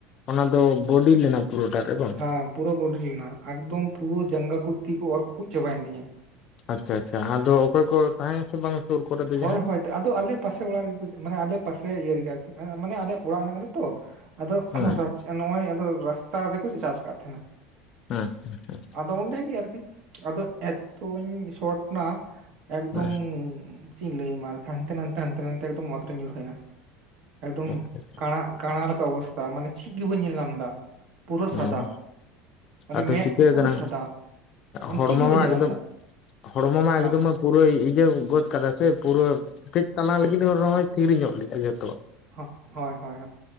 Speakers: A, on the left; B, on the right.
A: ᱚᱱᱟ ᱫᱚ ᱵᱚᱰᱤ ᱞᱮᱱᱟ ᱯᱩᱨᱟᱹᱴᱟ ᱨᱮ ᱵᱟᱝ
B: ᱦᱮᱸ ᱯᱩᱨᱟᱹ ᱵᱚᱰᱤ ᱞᱮᱱᱟ, ᱮᱠᱫᱚᱢ ᱯᱩᱨᱟᱹ ᱡᱟᱸᱜᱟ ᱠᱚ ᱛᱤ ᱠᱚ ᱚᱨ ᱠᱩᱡ ᱪᱟᱵᱟᱭᱮᱱ ᱛᱤᱧᱟᱹ ᱾
A: ᱟᱪᱪᱷᱟ ᱟᱪᱪᱷᱟ ᱟᱫᱚ ᱚᱠᱚᱭ ᱠᱚ ᱛᱟᱦᱮᱸ ᱟ ᱥᱮ ᱵᱟᱝᱟ ᱥᱩᱨ ᱠᱚᱨᱮ
B: ᱦᱳᱭ
A: ᱡᱟᱦᱟᱸᱭ
B: ᱦᱳᱭ ᱛᱚ ᱟᱫᱚ ᱟᱞᱮ ᱯᱟᱥᱮ ᱚᱲᱟᱜ ᱨᱮᱜᱮ ᱠᱚ ᱢᱟᱱᱮ ᱟᱞᱮ ᱯᱟᱥᱮ ᱤᱭᱟᱹ ᱨᱮᱜᱮ ᱟᱨᱠᱤ ᱢᱟᱱᱮ ᱟᱞᱮᱭᱟᱜ ᱚᱲᱟᱜ ᱢᱮᱱᱟᱜ ᱠᱟᱱᱟ ᱛᱚ᱾ ᱟᱫᱚ
A: ᱦᱮᱸ
B: ᱱᱚᱜᱚᱭ ᱨᱟᱥᱛᱟ ᱨᱮᱠᱚ ᱪᱟᱨᱡ ᱠᱟᱫ ᱛᱟᱦᱮᱸᱱᱟ᱾
A: ᱦᱮᱸ ᱦᱮᱸ ᱦᱮᱸ
B: ᱟᱫᱚ ᱚᱸᱰᱮ ᱜᱮ ᱟᱨᱠᱤ᱾ ᱟᱫᱚ ᱮᱛᱚᱧ ᱥᱚᱨᱴ ᱱᱟ ᱮᱠᱫᱚᱢ
A: ᱦᱮᱸ
B: ᱪᱮᱫ ᱤᱧ ᱞᱟᱹᱭᱟᱢᱟ ᱦᱟᱱᱛᱮ ᱱᱟᱛᱮ ᱦᱟᱱᱛᱮ ᱱᱟᱛᱮ ᱮᱠᱫᱚᱢ ᱚᱛ ᱨᱮᱧ ᱧᱩᱨ ᱦᱟᱹᱭᱱᱟ, ᱮᱠᱫᱚᱢ
A: ᱟᱪᱪᱷᱟ
B: ᱠᱟᱬᱟᱜ ᱠᱟᱸᱬᱟ ᱞᱮᱠᱟ ᱚᱵᱚᱥᱛᱷᱟ ᱢᱟᱱᱮ ᱪᱷᱮᱜ ᱜᱮ ᱵᱟ. ᱧ ᱧᱮᱞ ᱧᱟᱢ ᱫᱟ᱾ ᱯᱩᱨᱟᱹ
A: ᱦᱮᱸ
B: ᱥᱟᱫᱟ ᱢᱟᱱᱮ
A: ᱟᱫᱚ
B: ᱢᱮᱫ
A: ᱪᱤᱠᱟᱹ
B: ᱯᱩᱨᱟᱹ
A: ᱠᱟᱱᱟ
B: ᱥᱟᱫᱟ ᱢᱟᱱᱮ
A: ᱦᱚᱲᱢᱚ
B: ᱪᱮᱫ ᱜᱮ ᱵᱟᱹᱧ
A: ᱢᱟ
B: ᱧᱮᱞ
A: ᱮᱠᱫᱚᱢ
B: ᱧᱟᱢ ᱫᱟ
A: ᱦᱚᱲᱢᱚ ᱢᱟ
B: ᱦᱚᱸ
A: ᱮᱠᱫᱚᱢᱮ ᱯᱩᱨᱟᱹ ᱤᱭᱟᱹ ᱜᱚᱫ ᱠᱟᱫᱟ ᱥᱮ ᱯᱩᱨᱟᱹ ᱠᱟᱹᱡ ᱛᱟᱞᱟᱝ ᱞᱟᱹᱜᱤᱫ ᱨᱚᱦᱚᱭ ᱛᱷᱤᱨ ᱧᱚᱜ ᱞᱮᱜᱼᱟᱭ ᱡᱷᱚᱛᱚ
B: ᱦᱚᱸᱜ ᱦᱚᱭ ᱦᱚᱭ